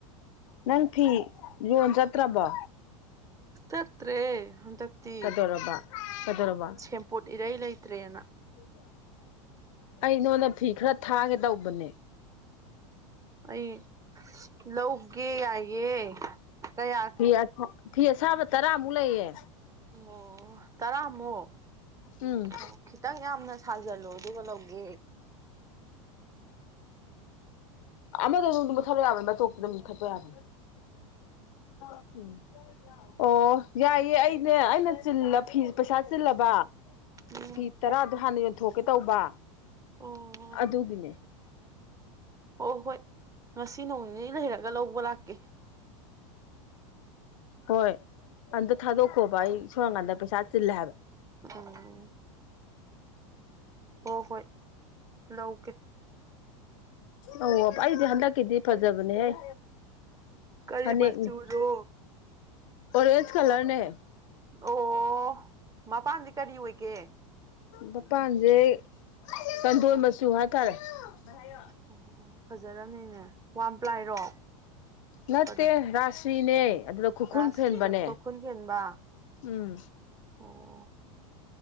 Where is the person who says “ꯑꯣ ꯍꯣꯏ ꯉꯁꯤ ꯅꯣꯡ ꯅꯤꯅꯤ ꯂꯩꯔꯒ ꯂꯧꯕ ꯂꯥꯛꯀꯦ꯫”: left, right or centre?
Right